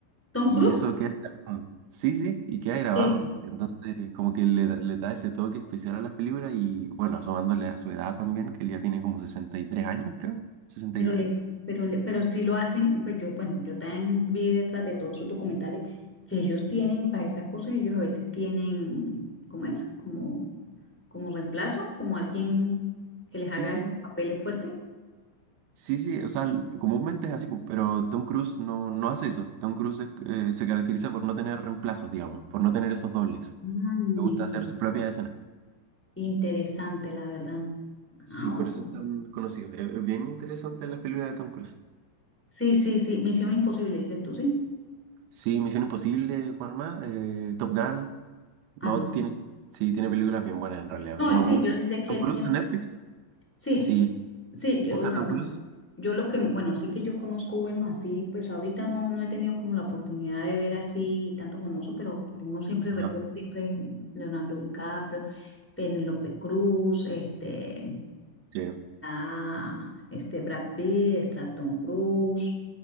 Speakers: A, in the centre; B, on the right (about 80°).
A: Tom
B: Y
A: Cruise,
B: eso queda grabado. Sí, sí, y queda grabado.
A: sí,
B: Entonces, como que le, da- le da ese toque especial a las películas y, bueno, asomándole a su edad también, que él ya tiene como 63 años, creo, sesenta
A: pero,
B: y dos
A: le, pero, le- pero sí lo hacen, pues yo, bueno, yo también vi detrás de todos esos documentales que ellos tienen para esas cosas, ellos a veces tienen, ¿cómo es? Como, como reemplazo, como alguien que les haga
B: Sí, sí,
A: esos papeles fuertes.
B: sí, sí, o sea, l- comúnmente es así, pues, pero Tom Cruise no, no hace eso. Tom Cruise es- eh, se caracteriza por no tener reemplazos, digamos, por no tener esos dobles.
A: Ah, interesante.
B: Le gusta hacer su propia escena.
A: Interesante, la verdad.
B: Sí,
A: Ah, bueno.
B: por eso es tan conocido. Es, es bien interesante las películas de Tom Cruise.
A: Sí, sí, sí. Misión imposible, dices tú, ¿sí?
B: Sí, Misión Imposible, ¿cuál más? Eh, Top Gun. No,
A: Ah, no.
B: tiene, sí, tiene películas bien buenas en realidad.
A: No,
B: Uno
A: sí,
B: busca
A: yo sí sé que
B: Tom
A: él
B: Cruise
A: tiene,
B: en Netflix.
A: sí,
B: Sí,
A: sí, yo,
B: busca
A: bueno,
B: Tom Cruise.
A: yo lo que, bueno, sí que yo conozco buenos así, pues ahorita no, no he tenido como la oportunidad de ver así tanto famoso, pero como uno siempre
B: Ajá,
A: recuerda, siempre es Leonardo DiCaprio, Penélope Cruz, este,
B: sí,
A: ah, este Brad Pitt, está Tom Cruise,